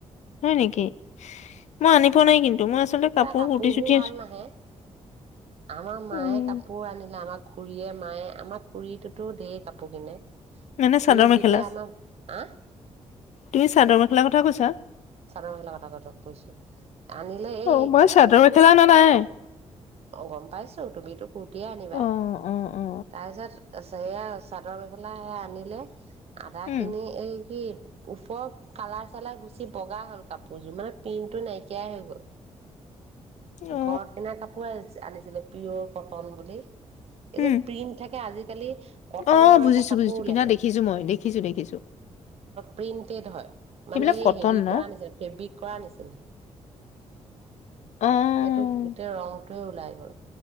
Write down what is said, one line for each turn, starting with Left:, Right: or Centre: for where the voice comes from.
Left: হয় নেকি? মই আনি পোৱা নাই কিন্তু মই আচলতে
Right: কাপোৰ
Left: কুৰ্তি চুটি
Right: বোৰ ভাল নাহে আমাৰ
Left: উম
Right: মায়ে কাপোৰ আনিলে। আমাৰ খুৰীয়ে মায়ে আমাৰ খুৰীটো ধেৰ কাপোৰ কিনে,
Left: মানে
Right: খুৰীৰ
Left: চাদৰ মেখেলা
Right: তেতিয়া আমাৰ আহ!
Left: তুমি চাদৰ মেখেলা কথা কৈছা।
Right: চাদৰ মেখেলা আনিলে এই
Left: অ মই চাদৰ মেখেলা অনা নাই
Right: অহ গম পাইছোঁ তুমি টো কুৰ্টি আনিবা।
Left: অ অ অ
Right: এইয়া চাদৰ মেখেলা আনিলে। আদা
Left: উম
Right: খিনি এই কি? ওপৰৰত কালাৰ চালাৰ গুচি বগা হ'ল কাপোৰযোৰ মানে পিন্টো নাইকিয়াই হৈ গ'ল
Left: অ
Right: ঘৰত কিনা কাপোৰ আনিছিলে। পিয়'ৰ কটন বুলি। এই
Left: উম
Right: যে প্ৰীম থাকে আজি, কি? কটনৰ
Left: অ বুজিছো
Right: এটা কাপোৰ
Left: বুজিছো
Right: ওলাইছে
Left: পিন্ধা দেখিছো মই দেখিছো দেখিছো
Right: প্ৰিন্টেড হয় মানে
Left: সেইবিলাক
Right: হে
Left: কটন
Right: হেৰী,
Left: ন
Right: কৰা নিচিনা ফেব্ৰিক কৰা নিচিনা
Left: অ
Right: সেইটো গোটেই ৰং তে ওলাই গল